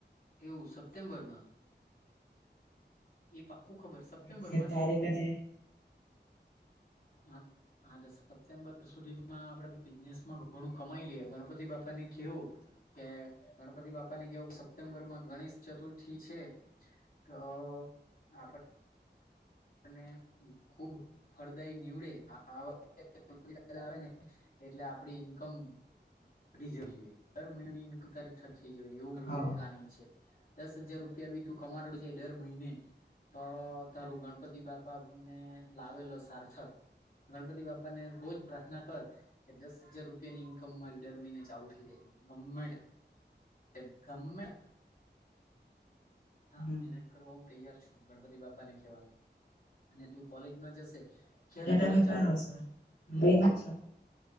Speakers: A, on the left; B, on the left.
A: એવું સપ્ટેમ્બરમાં એ પક ખબર સપ્ટેમ્બરમાં
B: એક્ઝેક્ટ તારીખ
A: છે.
B: હજી
A: હા હા સપ્ટેમ્બર સુધીમાં આપડે બિઝનેસમાં ઘણું કમાઈ લઈએ ગણપતિ બાપા ને કેવું કે ગણપતિ બાપાને કેવું કે સપ્ટેમ્બર માં ગણેશ ચતુર્થી છે તો આપ પણને ખુબ ફળદાયી નીવડે <unintelligible> આવેને એટલે આપડી ઈન્કમ ઘી જવી જોઈએ દર મહિનાની ઈન્મ તારી જવી એવું મારુ
B: હા
A: પ્લાનિંગ છે. દસ હજાર રૂપિયા બી તું કમાતો થઈ જાય દર મહિને તો તારું ગણપ પતિ બાપા મે લાવેલો સાર્થક ગણપતિ બાપા ને બહુજ પ્રાર્થના કર કે દસ હજાર રૂપિયા ની ઈન્કમ મારી દર મહિને ચાલુ થઇ જાય ગમે તે ગમે હા
B: હમ
A: મહેનત કરવા હું તૈયાર છું ગણપતિ બાપા ને કહેવાનું અને તું કોલેજમાં જશે ક્યારે
B: ટામે
A: કોલેજ
B: કર
A: ચાલુ
B: રહ સર <unintelligible>
A: હમ